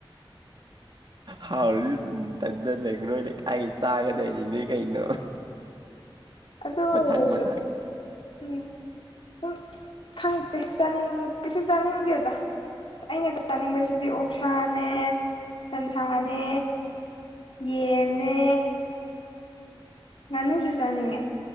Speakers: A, on the left; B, on the right.
A: <inaudible>
B: ꯍꯥꯎꯔꯤꯗꯤ ꯑꯗꯨꯝ ꯇꯟꯖꯜ ꯂꯩ ꯉꯣꯏ ꯂꯩꯀꯥꯏꯒꯤ ꯆꯥꯒꯗꯣꯏꯅꯤ ꯅꯣꯏ ꯀꯩꯅꯣ
A: ꯑꯗꯣꯑꯣꯢꯁꯨ
B: ꯃꯊꯪ ꯃꯊꯪ
A: ꯎꯝ ꯁꯨꯝ ꯈꯪꯗꯦ ꯆꯥꯅꯤꯡ ꯀꯩꯁꯨ ꯆꯥꯅꯤꯡꯗꯦꯗ ꯑꯩꯅ ꯆ ꯆꯥꯅꯤꯡꯕꯁꯤꯗꯤ ꯑꯣꯛꯁꯥꯅꯦ ꯁꯟꯁꯥꯅꯦ ꯌꯦꯟꯅꯦ ꯉꯥꯅꯨꯁꯨ ꯆꯥꯅꯤꯡꯉꯦ